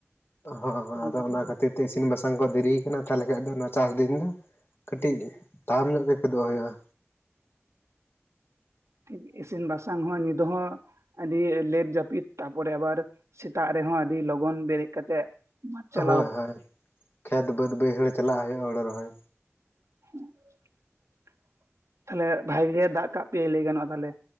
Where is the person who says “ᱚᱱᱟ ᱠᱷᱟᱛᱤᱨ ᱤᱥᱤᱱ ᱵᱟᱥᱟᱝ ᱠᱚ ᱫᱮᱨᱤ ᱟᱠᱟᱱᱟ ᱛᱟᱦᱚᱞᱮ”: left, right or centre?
Left